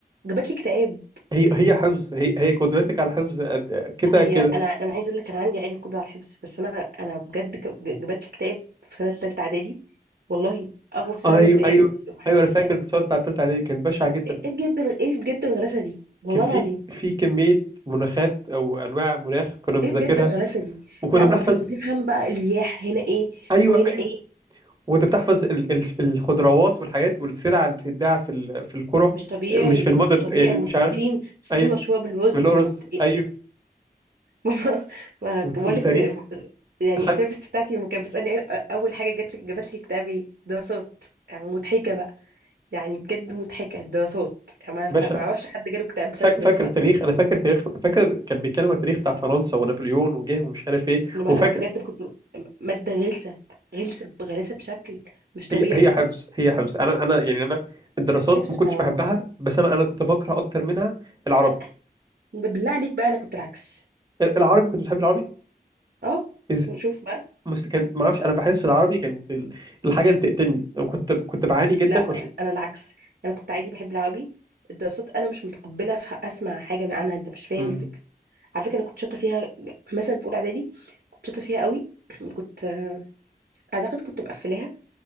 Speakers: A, on the right (about 75°); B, on the right (about 25°).
A: جابت لي اكتئاب
B: هي هي حفظ هي هي قدرتك على الحفظ قد- كده
A: لا هي
B: كده
A: انا انا عايز اقول لك انا عندي عادي قدره على الحفظ بس انا انا بجد ك- ج- جابت لي اكتئاب في سنه ثالثه اعدادي والله اغرب سبب
B: ايوه
A: اكتئاب
B: ايوه
A: حد
B: ايوه انا
A: يسالني
B: فاكر الدراسات بتاعت تالتة اعدادي كانت بشعة جدا
A: ايه إيه بجد الغ- ايه بجد الغلاسه دي والله
B: كان في
A: العظيم
B: في كمية مناخات او انواع مناخ كنا بنذاكرها
A: ايه بجد الغلاسه دي
B: وكنا
A: لا وت-
B: بنحفظ
A: وتفهم بقى الرياح هنا ايه
B: ايوه
A: وهنا
B: أيوه.
A: ايه
B: وانت بتحفظ ال- ال- الخضروات والحاجات والسلع اللي بتتباع في ال- في القرى
A: مش طبيعي
B: مش في المدن
A: مش طبيعي
B: يعني
A: والصين
B: مش عارف
A: الصين
B: ايوه
A: مشهوره بالرز
B: بالأرز
A: وبت... إيه.
B: ايوه
A: <laughs> ما
B: وت-
A: بقول
B: وتاريخ
A: لك يعني
B: خد
A: السيرفيس بتاعتي لما كانت بتسالني إيه اول حاجه جات لك جابت لي اكتئاب ايه دراسات يعني مضحكه بقى يعني بجد مضحكة الدراسات يعني ما
B: باشا
A: ف- ما اعرفش حد جاله اكتئاب بسبب
B: فاك-
A: الدراسات
B: فاكر التاريخ
A: قبل كده
B: انا فاكر التاريخ فاكر كان بيتكلم عن التاريخ بتاع فرنسا ونابليون وجه ومش عارف ايه
A: انا ما-
B: وفاكر
A: انا بجد كنت مادة غلسة غلسة بغلاسة بشكل مش طبيعي
B: هي هي حفظ هي حفظ انا انا يعني انا الدراسات
A: حفظ
B: ما كنتش
A: بتاع ماما
B: بحبها بس انا انا كنت بكره اكتر منها العربي
A: لا بالله عليك بقى انا كنت العكس
B: العربي كنت بتحب العربي
A: اه
B: إز...
A: شو- شوف بقى
B: مست... كان ما اعرفش انا بحس العربي كانت ال- الحاجه اللي تقتلني وكنت كنت بعاني جدا
A: لا
B: وش...
A: انا العكس انا كنت عادي بحب العربي الدراسات انا مش متقبلة ف- اسمع حاجة عنها انت مش فاهم
B: مم.
A: الفكرة على فكرة انا كنت شاطرة فيها مثلا في اولى اعدادي كنت شاطرة فيها قوي <clears throat> كنت اعتقد كنت مقفلاها